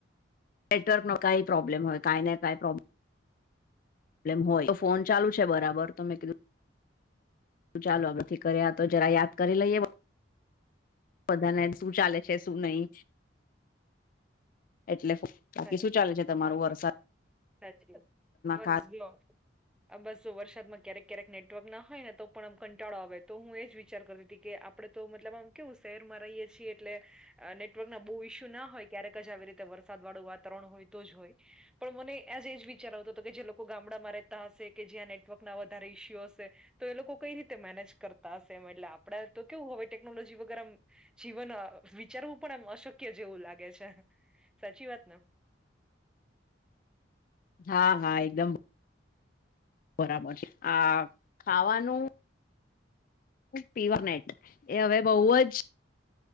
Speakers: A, on the left; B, in the centre.
A: નેટવર્કનો કઈ પ્રોબ્લેમ હોય કઈને કઈ પ્રોબ્લેમ હોય તો ફોન ચાલુ છે બરાબર તો મેં કીધું શું ચાલો આ બથી કર્યા તો જરા યાદ કરી લઈએ બધાને શું ચાલે છે શું નહી એટલે બાકી
B: સાચી
A: શું ચાલે
B: વાન
A: છે તમારું વરસાદમાં
B: સાચી વા
A: ખા
B: બસ <unintelligible> આ બસ જો વરસાદમાં ક્યારેક ક્યારેક નેટવર્ક ના હોય ને તો પણ આમ કંટાળો આવે તો હું એ જ વિચાર કરતી હતી કે આપડણે તો મતલબ આમ કેવું શેર મરાઈએ છીએ એટલે નેટવર્ક ના બહુ ઈસ્યુ ના હોય ક્યારેક જ આવી રીતે વરસાદ વાળું વાતાવરણ હોય તો જ હોય પણ મને આજ એજ વિચાર આવતો હતો કે જે લોકો ગામડામાં રહેતા હશે કે જ્યાં નેટવર્કના વધારે ઇસ્યુ હશે- તો એ લોકો કઈ રીતે મેનેજ કરતા હશે એ એટલે આપડા તો કેવું હવે ટેકનોલોજી વગર જીવન વિચારવું પણ એમ અશક્ય જેવું લાગે છે. સાચી વાત ને
A: હા હા એકદમ બરાબર છે આ ખાવાનું પીવરનેટ એ હવે બહુ જ